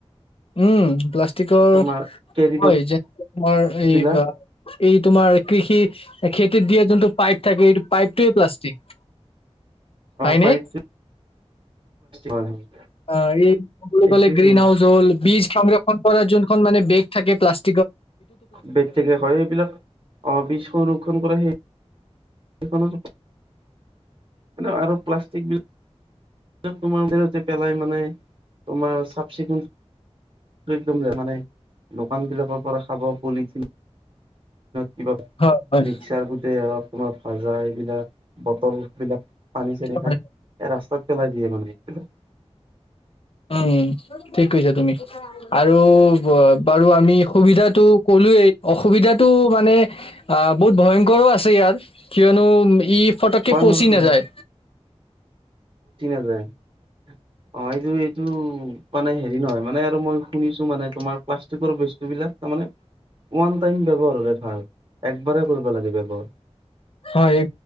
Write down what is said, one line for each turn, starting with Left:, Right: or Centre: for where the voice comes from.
Left: উম প্লাষ্টিকৰ
Right: তোমাৰ কেৰি বেগ
Left: হয় যে তোমাৰ এই
Right: বিলাক
Left: বা এই তোমাৰ কৃষি খেত দিয়া যোনটো পাইপ থাকে এইটো পাইপটোৱেই প্লাষ্টিক। হয়নে।
Right: পাইপ অ হয়।
Left: অ <unintelligible>
Right: এইটোৱেতো
Left: কলে গ্ৰীণ হাউচ হ'ল বীজ সংৰক্ষণ কৰাৰ যোনখন মানে বেগ থাকে প্লাষ্টিক,
Right: <unintelligible> হয় এইবিলাক অ বীজ সংৰক্ষণ কৰা সেই সেইখন আৰু প্লাষ্টিক বিলা তোমাৰ <unintelligible> পেলাই মানে তোমাৰ চাফ চিকুণ। একদম মানে দোকান বিলাকৰ পৰা খাব পলিথি কিবা
Left: হয়, হয়।
Right: মিক্সাৰ <unintelligible> ভাজা এইবিলাক বটল বিলাক। পানী চানী খাই
Left: হয়,
Right: এ ৰাস্তাত পেলাই দিয়ে মানে এইবিলাক।
Left: উম ঠিক কৈছা তুমি। আৰু বাৰু আমি সুবিধাটো কলোয়েই অসুবিধাটো মানে অ বহুত ভয়ংকৰো আছে ইয়াৰ কিয়নো ই ফটকে
Right: হয়
Left: পচি
Right: হয় হয়
Left: নাযায়।
Right: <unintelligible> অ এইটো এইটো মানে হেৰি নহয় মানে আৰু মই শুনিছো মানে তোমাৰ প্লাষ্টিকৰ বস্তু বিলাক। তাৰ মানে ওৱান টাইম ব্যৱহাৰ হলে ভাল একবাৰেই কৰিব লাগে ব্যৱহাৰ
Left: হয়,